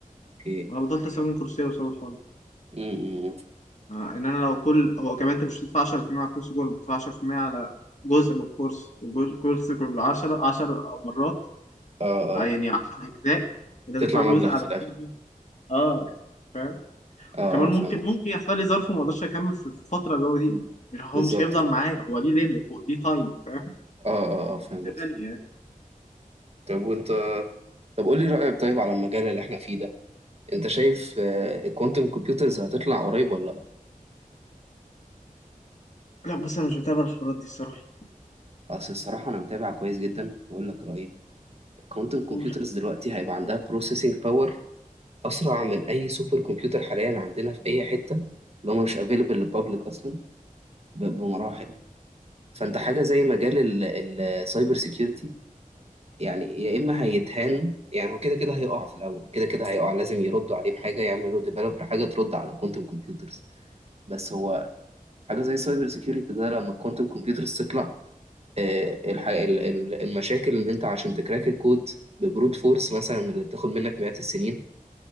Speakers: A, on the right (about 45°); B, on the left (about 55°).
A: أوكي
B: أنا بطلت أستخدم كورسيرا بسبب الحوار
A: م- م-
B: آه، ان انا لو كل هو كمان انت مش بتدفع 10% على الكورس كله بتدفع 10% على جزء من الكورس والكورس كله ب 10 10 مرات
A: اه اه
B: آه، يعني 10 اجزاء انت
A: تطلع
B: تدفع جزء
A: مبلغ في
B: على
A: الآخر
B: كل جزء اه فاهم
A: اه
B: وكمان
A: اه
B: ممكن
A: فاهم قصدي
B: ممكن يحصل لي ظرف وما اقدرش اكمل في الفتره اللي هو دي مش هو
A: بالظبط
B: مش هيفضل
A: اه
B: معايا هو ليه ليميت ليه تايم فاهم
A: اه اه آه، فاهم
B: ده
A: قصدي
B: تانية يعني
A: طب وأنت طب قول لي رأيك طيب على المجال اللي احنا فيه ده انت شايف الكوانتم كمبيوترز هتطلع قريب ولا لا
B: لا بص انا مش بتابع الحوارات دي الصراحه
A: اصل الصراحه انا متابع كويس جدا واقول لك رايي الكوانتم كمبيوترز
B: قول
A: دلوقتي هيبقى عندها بروسيسنج باور اسرع من اي سوبر كمبيوتر حاليا عندنا في اي حته اللي هم مش افيلبل للبابليك اصلا ب- بمراحل فانت حاجه زي مجال السايبر سيكيورتي يعني يا اما هيتهان يعني هو كده كده هيقع في الاول كده كده هيقع لازم يردوا عليه بحاجه يعملوا ديفلوب لحاجه ترد على الكوانتم كمبيوترز بس هو حاجه زي السايبر سيكيورتي ده لما الكوانتم كمبيوترز تطلع آه، الح- ال- ال- المشاكل اللي انت عشان تكراك الكود ببروت فورس مثلا اللي بتاخد منك مئات السنين